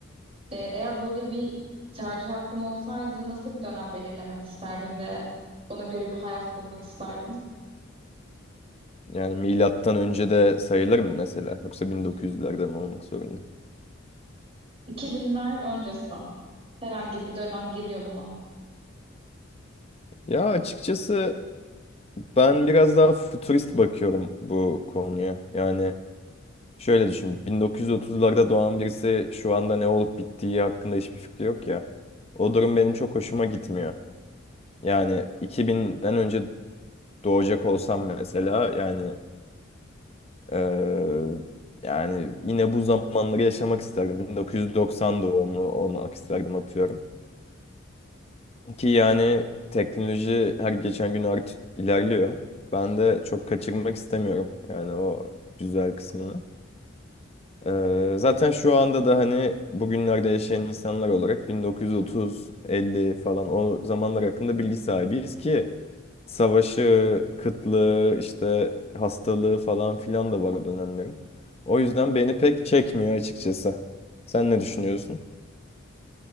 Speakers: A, on the right; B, on the left.
A: E, eğer böyle bir tercih hakkın olsaydı nasıl bir dönem belirlemek isterdin ve ona göre bir hayat kurmak isterdin?
B: Yani milattan önce de sayılır mı mesela? Yoksa 1900'lerde mi olmak zorunda?
A: 2000'ler öncesi. Herhangi bir dönem giriyor buna.
B: Ya açıkçası ben biraz daha futurist bakıyorum bu konuya. Yani şöyle düşün. 1930'larda doğan birisi şu anda ne olup bittiği hakkında hiçbir fikri yok ya. O durum benim çok hoşuma gitmiyor. Yani 2000'den önce doğacak olsam mesela yani Eee, yani yine bu zamanları yaşamak isterdim. 1990 doğumlu olmak isterdim atıyorum. Ki yani teknoloji her geçen gün art ilerliyor. Ben de çok kaçırmak istemiyorum yani o güzel kısmını. Ee, zaten şu anda da hani bugünlerde yaşayan insanlar olarak 1930-50 falan o zamanlar hakkında bilgi sahibiyiz ki savaşı, kıtlığı, işte hastalığı falan filan da var o dönemlerin. O yüzden beni pek çekmiyor açıkçası. Sen ne düşünüyorsun?